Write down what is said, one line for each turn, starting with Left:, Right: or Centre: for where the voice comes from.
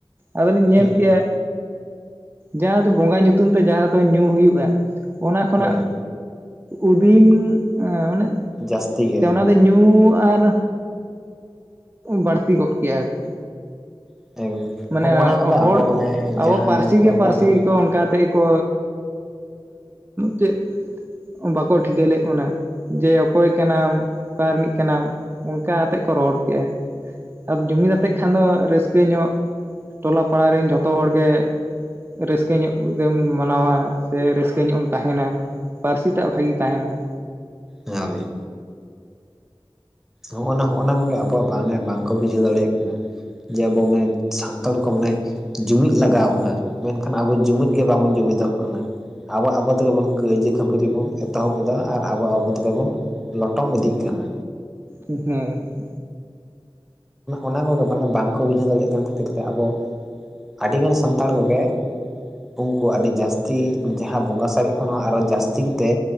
Right: ᱟᱫᱚᱞᱤᱧ ᱧᱮᱞ
Centre: ᱦᱮᱸ
Right: ᱠᱮᱜᱼᱟ᱾ ᱡᱟᱦᱟᱸ ᱫᱚ ᱵᱚᱸᱜᱟ ᱧᱩᱛᱩᱢ ᱛᱮ ᱡᱟᱦᱟᱸ ᱫᱚ ᱧᱩ ᱦᱩᱭᱩᱜᱼᱟ᱾ ᱚᱱᱟ ᱠᱷᱚᱱᱟᱜ
Centre: ᱦᱳᱭ
Right: ᱩᱫᱤᱱ ᱢᱟᱱᱮ
Centre: ᱡᱟᱹᱥᱛᱤ ᱜᱮ
Right: ᱚᱱᱟᱫᱚ ᱧᱩ ᱟᱨ ᱵᱟᱹᱲᱛᱤ ᱜᱚᱜ ᱠᱮᱜᱼᱟ ᱠᱚ᱾
Centre: <unintelligible>
Right: ᱢᱟᱱᱮ
Centre: ᱠᱚᱫᱚ ᱟᱵᱚ
Right: ᱦᱚᱲ
Centre: ᱢᱟᱱᱮ
Right: ᱟᱵᱚ
Centre: ᱡᱟᱦᱟᱸ
Right: ᱯᱟᱹᱨᱥᱤ
Centre: ᱫᱚᱨᱠᱟᱨ
Right: ᱜᱮ ᱯᱟᱹᱨᱥᱤ
Centre: ᱠᱟᱱ
Right: ᱠᱚ ᱚᱱᱠᱟ ᱛᱮᱜᱮ ᱜᱮᱠᱚ ᱪᱮᱜ ᱵᱟᱠᱚ ᱴᱷᱤᱠᱟᱹ ᱞᱮᱫ ᱵᱚᱱᱟ᱾ ᱡᱮ ᱚᱠᱚᱭ ᱠᱟᱱᱟᱢ ᱚᱠᱟ ᱨᱤᱱᱤᱡ ᱠᱟᱱᱟᱢ ᱚᱱᱠᱟᱛᱮᱜ ᱠᱚ ᱨᱚᱲ ᱠᱮᱭᱟ᱾ ᱟᱫᱚ ᱡᱩᱢᱤᱫ ᱟᱛᱮᱜ ᱠᱷᱟᱱ ᱫᱚ ᱨᱟᱹᱥᱠᱟᱹ ᱧᱚᱜ ᱴᱚᱞᱟ ᱯᱟᱲᱟ ᱨᱮᱱ ᱡᱷᱚᱛᱚ ᱦᱚᱲ ᱜᱮ ᱨᱟᱹᱥᱠᱟᱹ ᱧᱚᱜ ᱜᱮᱢ ᱢᱟᱱᱟᱣᱟ ᱥᱮ ᱨᱟᱹᱥᱠᱟᱹ ᱧᱚᱜ ᱮᱢ ᱛᱟᱦᱮᱱᱟ᱾ ᱯᱟᱹᱨᱥᱤ ᱴᱟᱜ ᱵᱷᱟᱜᱤ ᱛᱟᱦᱮᱱᱟ᱾
Centre: ᱦᱳᱭ ᱦᱚᱜᱼᱚ ᱱᱟ ᱱᱚᱜᱼᱚ ᱱᱟ ᱠᱚᱜᱮ ᱟᱵᱚᱣᱟᱜ ᱢᱮ ᱵᱟᱝᱠᱚ ᱵᱩᱡᱷᱟᱹᱣ ᱫᱟᱲᱮᱭᱟᱜ ᱠᱟᱱᱟ᱾ ᱡᱮ ᱟᱵᱚ ᱢᱟᱱᱮ ᱥᱟᱱᱛᱟᱲ ᱠᱚ ᱢᱟᱱᱮ ᱡᱩᱢᱤᱫ ᱞᱟᱜᱟᱣ ᱵᱚᱱᱟ᱾ ᱢᱮᱱᱠᱷᱟᱱ ᱟᱵᱚ ᱡᱩᱢᱤᱫ ᱜᱮ ᱵᱟᱵᱚᱱ ᱡᱩᱢᱤᱫᱚᱜ ᱠᱟᱱᱟ ᱟᱵᱚ ᱟᱵᱚ ᱛᱮᱜᱮ ᱵᱚᱱ ᱠᱟᱹᱭᱡᱟᱹ ᱠᱷᱟᱹᱯᱟᱹᱨᱤ ᱵᱚᱱ ᱮᱛᱚᱦᱚᱵ ᱫᱟ ᱟᱨ ᱟᱵᱚ ᱟᱵᱚ ᱛᱮᱜᱮ ᱵᱚᱱ ᱞᱚᱴᱚᱢ ᱤᱫᱤᱜ ᱠᱟᱱᱟ᱾
Right: ᱩᱸ ᱦᱮᱸ
Centre: ᱚᱱᱟ ᱠᱚᱜᱮ ᱢᱟᱱᱮ ᱵᱟᱝᱠᱚ ᱵᱩᱡᱷᱟᱹᱣ ᱫᱟᱲᱮᱭᱟᱜ ᱠᱟᱱ ᱠᱷᱟᱹᱛᱤᱨ ᱛᱮ ᱟᱵᱚ ᱟᱹᱰᱤ ᱜᱟᱱ ᱥᱟᱱᱛᱟᱲ ᱠᱚᱜᱮ ᱩᱝᱠᱩ ᱟᱹᱰᱤ ᱡᱟᱹᱥᱛᱤ ᱡᱟᱦᱟᱸ ᱵᱚᱸᱜᱟ ᱥᱟᱨᱮᱡ ᱠᱷᱚᱱ ᱦᱚᱸ ᱟᱨᱚ ᱡᱟᱹᱥᱛᱤ ᱠᱟᱛᱮ